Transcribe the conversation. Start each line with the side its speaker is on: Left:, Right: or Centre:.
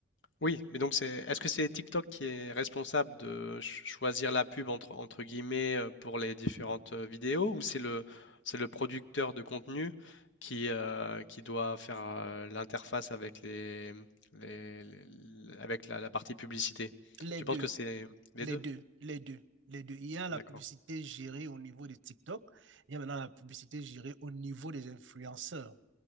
Left: Oui, mais donc c'est, est-ce que c'est TikTok qui est responsable de ch- choisir la pub entre, entre guillemets euh, pour les différentes euh, vidéos ou c'est le, c'est le producteur de contenu qui, euh, qui doit faire euh, l'interface avec les, les- les- avec la, la partie publicité?
Right: Les
Left: Tu
Right: deux,
Left: penses que c'est les
Right: les
Left: deux?
Right: deux, les deux, les deux. Il y a la
Left: D'accord,
Right: publicité gérée au niveau de TikTok, il y a maintenant la publicité gérée au niveau des influenceurs.